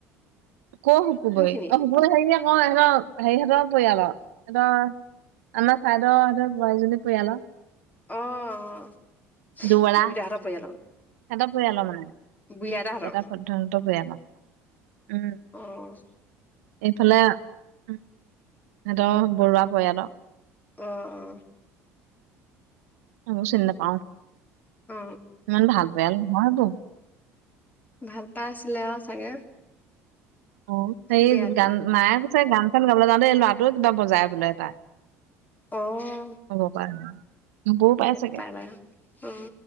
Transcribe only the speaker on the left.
কোনখিনি?
অঁ, অ।
বুঢ়ীদাহঁতৰ
পৰিয়ালৰ?
বুঢ়ী আইতাহঁতৰ?
অ
অ অ
অ
ভাল পাই আছিলে আৰু চাগে
বিয়াত।
অঁ
নাই। অ'।